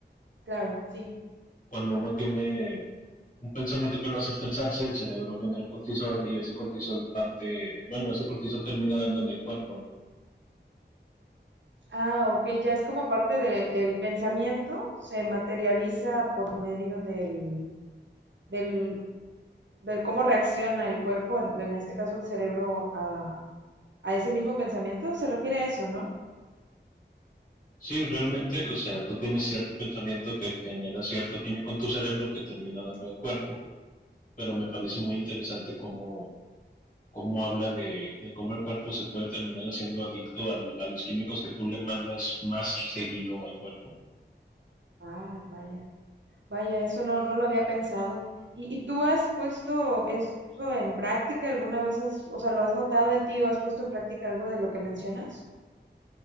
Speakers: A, on the right (about 80°); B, on the left (about 45°).
A: Claro, sí.
B: cuando uno tiene un pensamiento que lo hace estresarse, el cerebro genera cortisol y ese cortisol parte, bueno, ese cortisol termina dando en el cuerpo, ¿no?
A: Ah, ok, ya es como parte del pensamiento, se materializa por medio del, del, del cómo reacciona el cuerpo, en, en este caso el cerebro, a, a ese mismo pensamiento. Se refiere a eso, ¿no?
B: Sí, realmente, o sea, tú tienes cierto pensamiento que genera cierto químico en tu cerebro que termina dando al cuerpo, pero me parece muy interesante cómo, cómo habla de, de, cómo el cuerpo se puede terminar haciendo adicto al, a los químicos que tú le mandas más seguido al cuerpo.
A: Ah, vaya. Vaya, eso no, no lo había pensado. ¿Y, y tú has puesto eso en práctica alguna vez? has- o sea, ¿lo has notado en ti o has puesto en práctica algo de lo que mencionas?